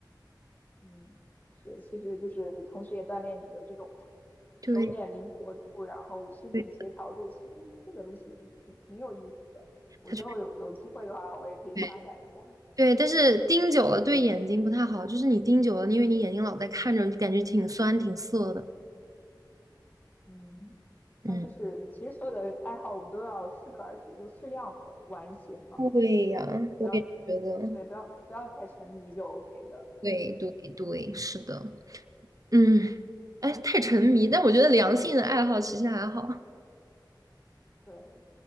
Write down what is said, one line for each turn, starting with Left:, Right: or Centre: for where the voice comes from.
Left: 嗯，是，其实就是同时也锻炼你的这种
Right: 对
Left: 手眼灵活度，然后身体协调度。
Right: 对，
Left: 其实这个东西挺挺挺有意思的。我之后有有机会的话，
Right: 它确
Left: 我也可以发展一下。
Right: 实。对，但是盯久了对眼睛不太好，就是你盯久了，因为你眼睛老在看着，就感觉挺酸挺涩的。
Left: 嗯，那就是其实所有的爱好我们都要适可而止，
Right: 嗯
Left: 就适量的玩一些嘛，
Right: 对呀，
Left: 就不要
Right: 我也觉得，
Left: 对，不要不要太沉迷就 OK 的。
Right: 对对对，是的，嗯，哎，太沉迷，但我觉得良性的爱好其实还好。
Left: 对，